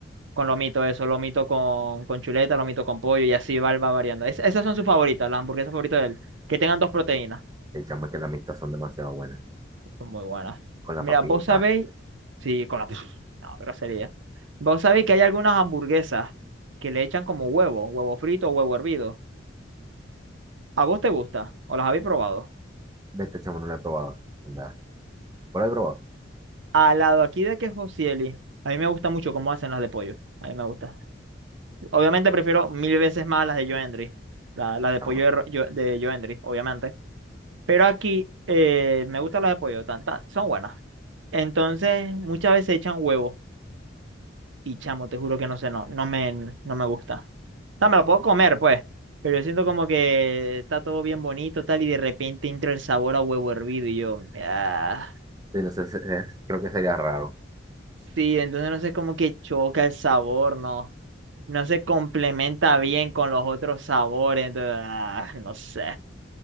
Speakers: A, on the right; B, on the right.
A: con lomito, eso, lomito con, con chuleta, lomito con pollo, y así va, va variando. Es- esas son sus favoritas, las hamburguesas favoritas de él, que tengan dos proteínas.
B: El chamo es que las mistas son demasiado buenas.
A: Son muy buenas.
B: Con las
A: Mira,
B: papitas.
A: vos sabéis, sí, con la... <laughs> No, grosería. Vos sabéis que hay algunas hamburguesas que le echan como huevo, huevo frito o huevo hervido. ¿A vos te gusta? ¿O las habéis probado?
B: Vete, chamo, no lo he probado. En verdad. ¿Vos lo he probado?
A: Al lado aquí de que Josieli, a mí me gusta mucho cómo hacen las de pollo. A mí me gusta. Obviamente prefiero mil veces más las de Joendry. La, las de
B: Chamo.
A: pollo de, Ro- Yo- de Joendry, obviamente. Pero aquí eh, me gustan las de pollo, tan- tan- son buenas. Entonces, muchas veces echan huevo. Y chamo, te juro que no sé, no, no me, no me gusta. O sea, me lo puedo comer, pues. Pero yo siento como que está todo bien bonito, tal, y de repente entra el sabor a huevo hervido y yo, ah.
B: Sí, no sé, se- es- creo que sería raro.
A: Sí, entonces no sé como que choca el sabor, no, no se complementa bien con los otros sabores, entonces, ah, no sé,